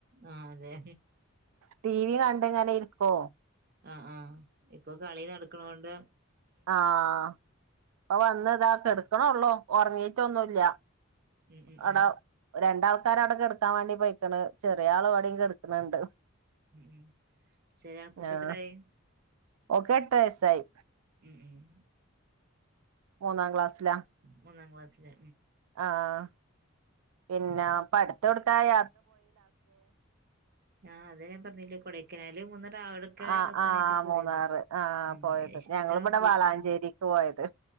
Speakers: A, on the right; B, on the right.
A: ആഹ് അതെ
B: ടി വി കണ്ടിങ്ങനെ ഇരിക്കോ
A: ആഹ ആഹ് ഇപ്പൊ കളി നടക്കണ കൊണ്ട്
B: ആഹ അപ്പൊ വന്ന്താ കടക്കണേള്ളു ഉറങ്ങീട്ടൊന്നുമല്ല
A: ഉം ഉം
B: അടാ
A: ഉം
B: രണ്ടാമ <unintelligible> കടക്കാ വേണ്ടി പോയിക്കണ് ചെറിയൾ ഇവിടെയുക്കടക്കണുണ്ട്
A: ഉം ഉം ചെറിയാൾക്ക് ഇപ്പ
B: ആഹ
A: എത്രായി
B: ഓക്ക് എട്ട വയസായി
A: ഉം ഉം
B: മൂന്നാം ക്ലാസ്സിലാ
A: മൂന്നാം ക്ലാസിില്
B: ആഹ പിന്നെ പടുത്ത എവുടുക്കായി
A: ആ അതെ ഞാൻ പറഞ്ഞില്ലേ കൊടെക്കനാല് മൂന്ന് അവെടെക്കെ
B: ആഹ്
A: അവസാനായ്ട്ട്
B: ആഹ്
A: പോയെത്.
B: മൂന്നാറ് ആഹ്
A: ഉം
B: പോയത്
A: ഏശം
B: ഞങ്ങളിവിടെ
A: പിന്നെ പോയിട്ടില്ലെന്
B: വളാഞ്ചേരിക്ക് പോയത്